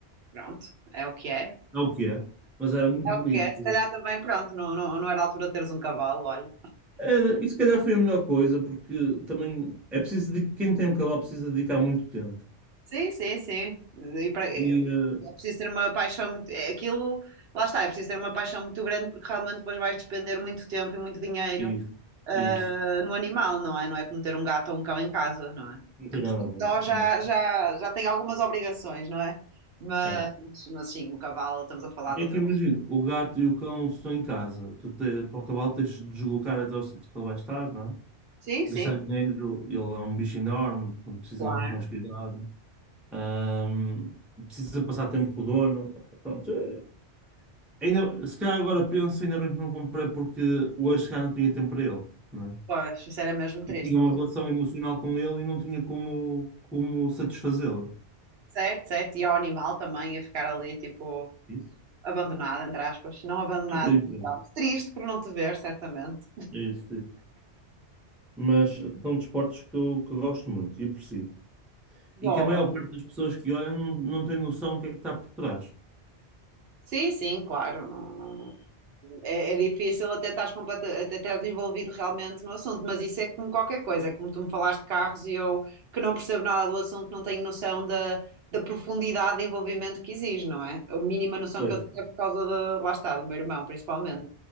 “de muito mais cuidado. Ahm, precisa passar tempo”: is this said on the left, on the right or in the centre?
Centre